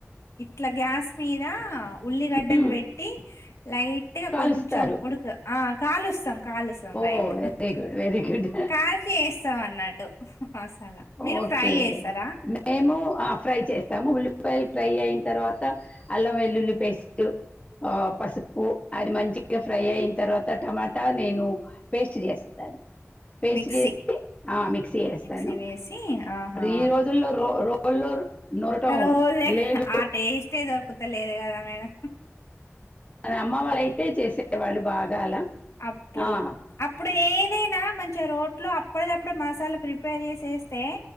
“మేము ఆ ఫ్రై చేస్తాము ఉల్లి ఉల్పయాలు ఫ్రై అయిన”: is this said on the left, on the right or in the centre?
Left